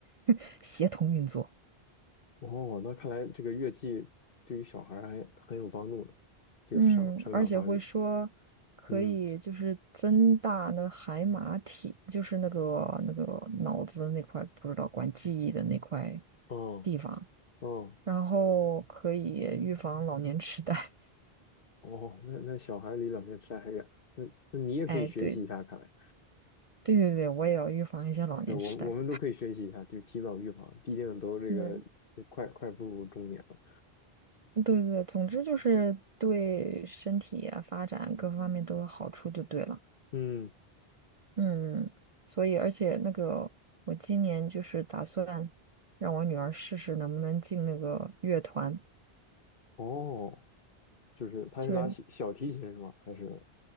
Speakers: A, on the right; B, on the left.
A: <laughs> 协同运作。
B: 哦，那看来这个乐器对于小孩儿还很有帮助呢，就个生生长发育。
A: 嗯，而且会说可以就是增大那个海马体，
B: 嗯，
A: 就是那个那个脑子那块不知道管记忆的那块
B: 哦，
A: 地方，
B: 哦，
A: 然后可以预防老年痴呆。<laughs>
B: 哦，那那小孩儿离老年痴呆还远，那那你也可以学习一下，
A: 哎，对
B: 看来，
A: 对对对，我也要预防一下老年痴呆。
B: 对，我们我们都可以学习一下，就提早预防，毕竟都这个就快快步入中年了。
A: 嗯。对对对，总之就是对身体啊、发展各方面都有好处就对了。
B: 嗯，
A: 嗯，所以而且那个我今年就是打算让我女儿试试能不能进那个乐团，
B: 哦，就是他是拉小小提琴是吗？
A: 就是
B: 还是？